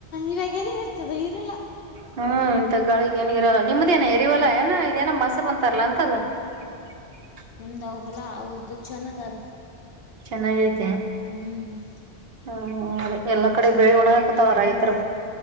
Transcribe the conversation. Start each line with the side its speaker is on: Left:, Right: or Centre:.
Left: ಇವಾಗ ಎಲ್ಲಿ ಇರ್ತದೆ ಇರಲ್ಲ
Right: ಹ್ಮ್ ಇಂತ ಗಾಳಿ ಏನ್ ಇರಲ್ಲ ನಿಮ್ದೇನ ಎರಿವಲ್ಲ ಏನ ಇದೇನ ಮಸ ಬಂತಾರಲ್ಲಾ ಅಂತದ <unintelligible>
Left: ನಮ್ದ ಹೊಲ ಅವದು ಚೆನ್ನಾಗ ಅದ
Right: ಚೆನ್ನಾಗೈತಿ
Left: ಹ್ಮ್
Right: <unintelligible> ಎಲ್ಲಾ ಕಡೆ
Left: ಚೆಂದದ
Right: ಬೆಳಿ ಉಣಕತಾವ
Left: ಹೊಲ
Right: ರೈತರು
Left: ಹ್ಮ್